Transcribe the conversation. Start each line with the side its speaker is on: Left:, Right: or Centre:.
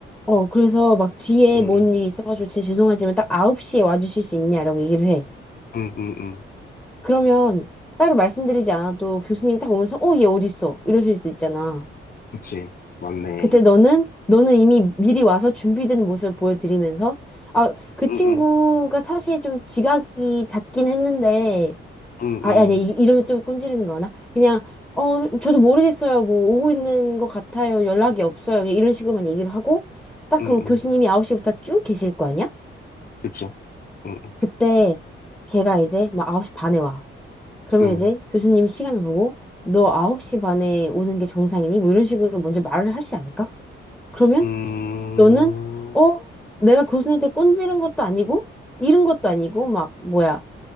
Centre: 어, 그래서 막 뒤에
Left: 응응
Centre: 뭔 일이 있어가지고 진짜 죄송하지만 딱 9시에 와주실 수 있냐라고 얘기를 해.
Left: 응응응
Centre: 그러면 따로 말씀드리지 않아도 교수님이 딱 오면서 어, 얘 어디 있어? 이러실 수도 있잖아.
Left: 그치 맞네
Centre: 그때 너는 너는 이미 미리 와서 준비된 모습을 보여드리면서 아, 그
Left: 응,
Centre: 친구가
Left: 응,
Centre: 사실 좀 지각이 잦긴 했는데
Left: 응,
Centre: 아,
Left: 응,
Centre: 아니 이, 이러면 또 꼰지르는 거나 그냥 어, 저도 모르겠어요. 뭐 오고 있는 것 같아요. 연락이 없어요. 그냥 이런 식으로만 얘기를 하고 딱
Left: 응,
Centre: 그럼
Left: 응.
Centre: 교수님이 9시부터 쭉 계실 거 아니야?
Left: 그치. 응, 응,
Centre: 그때 걔가 이제 막 9시 반에 와. 그러면
Left: 응.
Centre: 이제 교수님이 시간을 보고 너 9시 반에 오는 게 정상이니? 뭐 이런 식으로 먼저 말을 하시지 않을까? 그러면
Left: 음,
Centre: 너는 어? 내가 교수님한테 꼰지른 것도 아니고 잃은 것도 아니고 막 뭐야